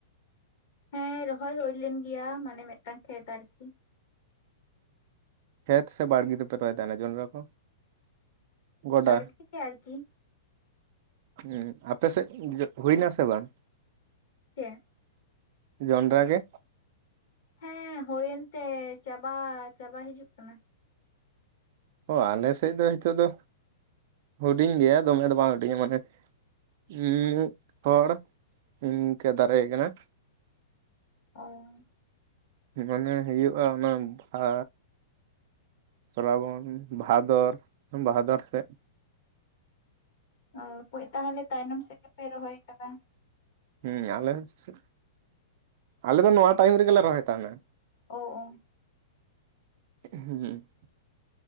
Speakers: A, on the left (about 55°); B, on the right (about 50°).
A: ᱦᱮᱸ ᱨᱚᱦᱚᱭ ᱦᱳᱭ ᱞᱮᱱ ᱜᱮᱭᱟ ᱢᱟᱱᱮ ᱢᱮᱫᱴᱟᱝ ᱠᱷᱮᱛ ᱟᱨᱠᱤ
B: ᱠᱷᱮᱛ ᱥᱮ ᱵᱟᱲᱜᱮ ᱯᱮ ᱨᱟᱭ ᱫᱟ ᱚᱱᱟ ᱡᱚᱱᱨᱟ ᱠᱚ ᱜᱚᱰᱟ
A: ᱵᱟᱲᱜᱮ ᱨᱮ ᱟᱨᱠᱤ
B: ᱩᱸ ᱟᱯᱮ ᱥᱮᱫ ᱦᱩᱭᱱᱟ ᱥᱮ ᱵᱟᱝ
A: ᱪᱮ
B: ᱡᱚᱱᱰᱨᱟ ᱜᱮ
A: ᱦᱮᱸ ᱦᱳᱭᱮᱱ ᱛᱮ ᱪᱟᱵᱟ ᱪᱟᱵᱟ ᱦᱤᱡᱩᱜ ᱠᱟᱱᱟ
B: ᱚ ᱟᱞᱮ ᱥᱮᱫ ᱫᱚ ᱦᱤᱸᱛᱚᱜ ᱫᱚ ᱦᱩᱰᱤᱧ ᱜᱮᱭᱟ ᱫᱚᱢᱮ ᱫᱚ ᱵᱟᱝ ᱦᱩᱰᱤᱧᱟ ᱢᱟᱱᱮ ᱩᱸ ᱢᱤᱫ ᱦᱚᱲ ᱤᱱᱠᱟᱹ ᱫᱟᱨᱮ ᱠᱟᱱᱟ
A: ᱚ
B: ᱢᱟᱱᱮ ᱦᱩᱭᱩᱜᱼᱟ ᱚᱱᱟ ᱵᱷᱟ ᱥᱨᱟᱵᱚᱱ ᱵᱷᱟᱫᱚᱨ ᱵᱟᱦᱟᱫᱚᱨ ᱥᱮᱫ
A: ᱚ ᱠᱳᱡ ᱛᱟᱦᱚᱞᱮ ᱛᱟᱭᱱᱚᱢ ᱥᱮᱫ ᱜᱮᱯᱮ ᱨᱚᱦᱚᱭ ᱟᱠᱟᱫᱟ
B: ᱦᱮᱸ ᱟᱞᱮ ᱥᱮ ᱟᱞᱮ ᱫᱚ ᱱᱚᱣᱟ ᱴᱟᱭᱤᱢ ᱨᱮᱜᱮᱞᱮ ᱨᱚᱦᱚᱭ ᱛᱟᱸᱦᱮᱱᱟ
A: ᱳᱜ ᱳ
B: ᱦᱩᱸ